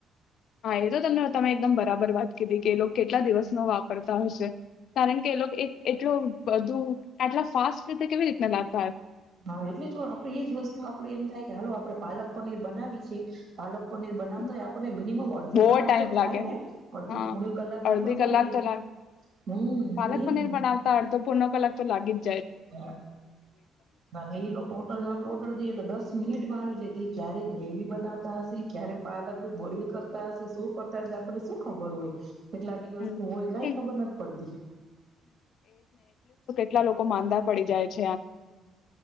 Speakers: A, on the left; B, on the right.
A: હા, એ તો તમને તમે એકદમ બરાબર વાત કીધી કે એ લોક કેટલા દિવસનો વાપરતા હશે. કારણ કે એ લોક એક એટલો બધું આટલા ફાસ્ટ રીતે કેવી રીતના લાગ
B: ભાર એટલે તો આપડે એજ વસ્તુ આપ પડે એમ થાય કે હાલો આપડે પાલક પનીર બનાવી છે પાલક પોદલી બનાવતા
A: હમ,
B: હોય આપનને મિનિમમ અડધી
A: બહુ
B: કલાક
A: ટાઈમ
B: તો થાય
A: લાગે
B: ને, અડધી
A: હા
B: પોણી કલાક
A: અડધી
B: જેટલો થાય
A: કલાક
B: ને એ
A: તો લાગ
B: હમ,
A: પાલક
B: એજ
A: પનીર
B: ને.
A: બનાવતા અડધો પૂર્ણ કલાક તો લાગે.
B: હ, ના અન એ લોકોન તો લાંબો ઓર્ડર દઈે એટલે દસ મિનિટમાં આવી જાયતી. ક્યારે ગ્રેવી બનાવતા હશે ક્યારે પાલકને બોઇલ કરતા હશે શું કરતા હશે આપને શું ખબર હોય. કેટલા દિવસનું
A: હમ
B: હોય કાઈ
A: એ
B: ખબર નથ પડતી.
A: ટલા લોકો માંદા પડી જાય છ
B: હમ,